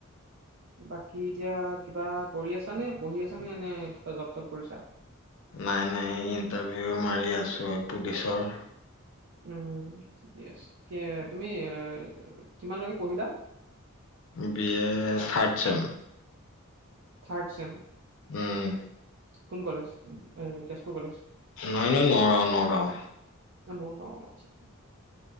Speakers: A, on the right; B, on the left.
A: বাকী এতিয়া কিবা কৰি আছা নে? পঢ়ি আছা নে নে কিবা জব-তপ কৰিছা?
B: নাই, নাই ইণ্টাৰভিউ মাৰি আছো এই পুলিচৰ।
A: উম, ঠিকেই আছে। এ তুমি এ কিমানলৈকে পঢ়িলা?
B: B A third sem.
A: Third sem?
B: উম।
A: কোন কলেজ? এ তেজপুৰ কলেজ?
B: নাই, নাই নগাঁও নগাঁও।
A: নগাঁও আটছা।